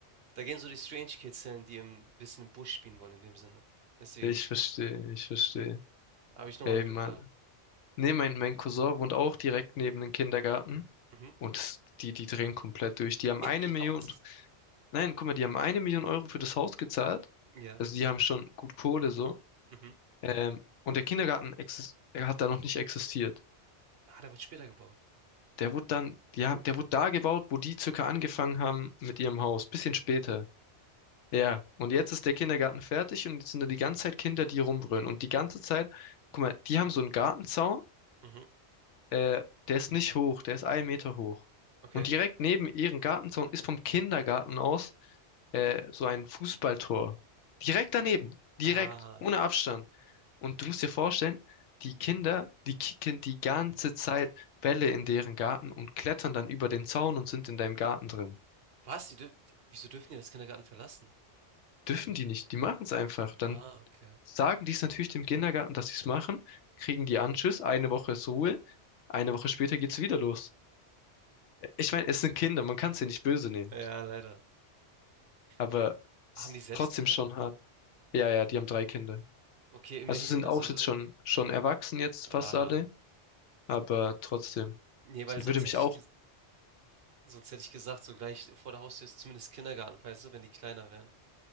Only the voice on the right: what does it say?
da gehen so die Strange Kids hin, die ein bisschen im Busch spielen wollen in dem Sinne. Deswegen
habe ich nochmal
Glück
gehabt.
Mhm.
<laughs>
Ja,
und das
ja,
mhm.
Ah, der wird später gebaut.
Mhm,
okay.
Ah,
was? Die dürf wieso dürfen die das Kindergarten verlassen?
Ah, okay.
Ja, leider.
Wi
haben
die selbst
Kinder?
Okay, immerhin,
also
ah,
ne, weil
sonst
hätte
ich ges Sonst hätte ich gesagt, so gleich vor der Haustür ist zumindest Kindergarten, weißt du, wenn die kleiner wären.